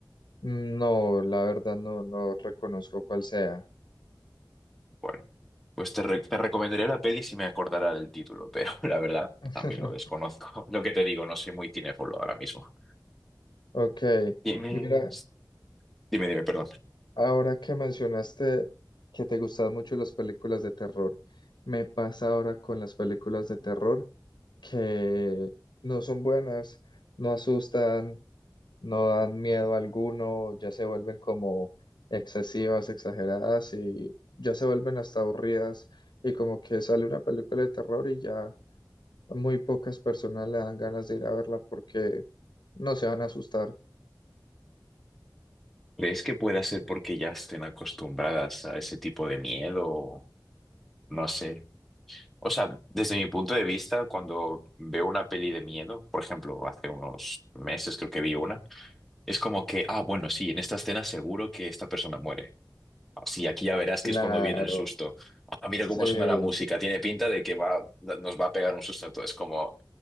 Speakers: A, on the left; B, in the centre.
A: No, la verdad no, no reconozco cuál sea.
B: Bueno, pues te, re- te recomendaré la peli si me acordara del título, pero <laughs> la verdad
A: <laughs>
B: también lo desconozco. <laughs> Lo que te digo, no soy muy cinéfilo ahora mismo.
A: Ok,
B: Tienes...
A: mira.
B: Dime, dime, perdón.
A: Ahora que mencionaste que te gustan mucho las películas de terror, me pasa ahora con las películas de terror que no son buenas, no asustan, no dan miedo alguno, ya se vuelven como excesivas, exageradas y ya se vuelven hasta aburridas y como que sale una película de terror y ya muy pocas personas le dan ganas de ir a verla porque no se van a asustar.
B: ¿Crees que pueda ser porque ya estén acostumbradas a ese tipo de miedo? No sé. O sea, desde mi punto de vista, cuando veo una peli de miedo, por ejemplo, hace unos meses creo que vi una, es como que, ah, bueno, sí, en esta escena seguro que esta persona muere. Ah, Sí, aquí ya verás
A: Claro,
B: que es cuando viene el susto. Ah, mira
A: sí.
B: cómo suena la música, tiene pinta de que va, nos va a pegar un susto a todos. Es como,